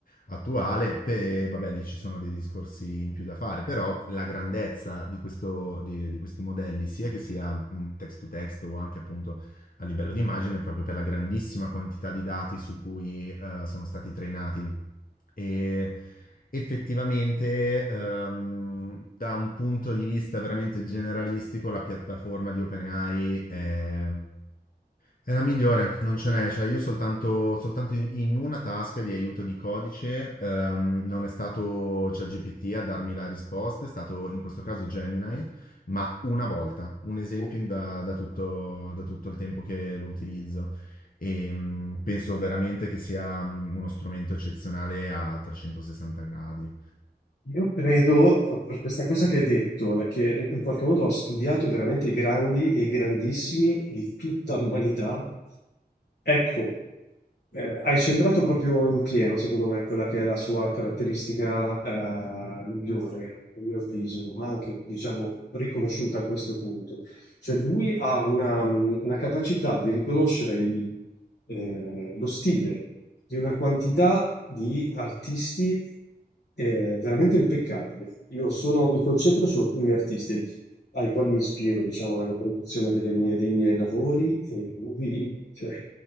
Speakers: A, on the left; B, on the left.
A: attuale, pe- vabbè, lì ci sono dei discorsi in più da fare, però la grandezza di questo, di, di questi modelli, sia che sia mm, text to text o anche appunto a livello di immagine, proprio per la grandissima quantità di dati su cui eh, sono stati trainati. E Effettivamente, ehm, da un punto di vista veramente generalistico, la piattaforma di OpenAI è, è la migliore, non ce n'è. Cioè, io soltanto, soltanto in in una task di aiuto di codice, ehm, non è stato ChatGPT a darmi la risposta, è stato in questo caso Gemini, ma una volta, un esempio
B: Boh.
A: da, da tutto, da tutto il tempo che lo utilizzo. E mh, penso veramente che sia mh, uno strumento eccezionale a 360 gradi,
B: Io credo, proprio per questa cosa che hai detto, la- che in in qualche modo ha studiato veramente i grandi e i grandissimi di tutta l'umanità, ecco, eh, hai centrato proprio in pieno, secondo me, quella che è la sua caratteristica, eh, migliore, a mio avviso, ma anche, diciamo, riconosciuta a questo punto. Cioè lui ha una, mh, una capacità di riconoscere i- eh, lo stile di una quantità di artisti eh, veramente impeccabile. Io sono- mi concentro su alcuni artisti ai quali mi ispiro, diciamo, nella produzione delle mie- dei miei lavori e lui, cioè,